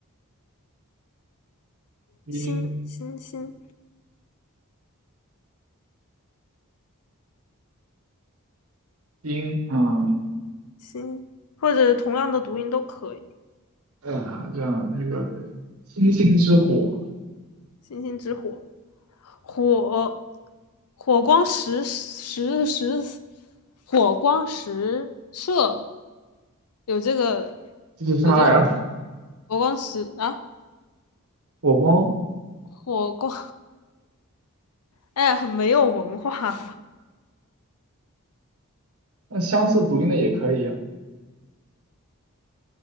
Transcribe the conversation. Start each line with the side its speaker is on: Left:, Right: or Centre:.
Right: 兵
Left: 星星星
Right: 兵啊。
Left: 星，或者同样的读音都可以。
Right: 哎呀，这样这个星星之火，
Left: 星星之火，火，火光石石石，火光石射，有这个
Right: 就是它呀，
Left: 有这个火光石啊，
Right: <laughs> 火光。
Left: 火光，哎很没有文化。
Right: 那相似读音的也可以呀、